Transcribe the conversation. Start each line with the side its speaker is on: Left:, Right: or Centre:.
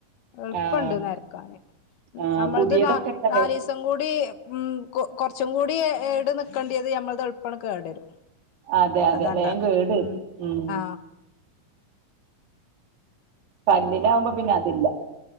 Left: എളുപ്പുണ്ട്
Right: ആഹ്
Left: നേരക്കാന്
Right: ആ
Left: നമ്മളത്
Right: പുതിയതൊക്കെ
Left: ന
Right: ഇട്ട
Left: നാല്സം
Right: വേ
Left: കൂടി ഉം കൊ കുറച്ചും കൂടി ഏട് നിക്കക്കണ്ടത് ഞമ്മളുടെ ഉൾപ്പണ കേടരും
Right: അതെ അതെ
Left: അതാണ്ടാ
Right: വേം കേടരും
Left: മം
Right: ഉം
Left: ആ
Right: കല്ലിലാകുമ്പോ പിന്നെ അതില്ല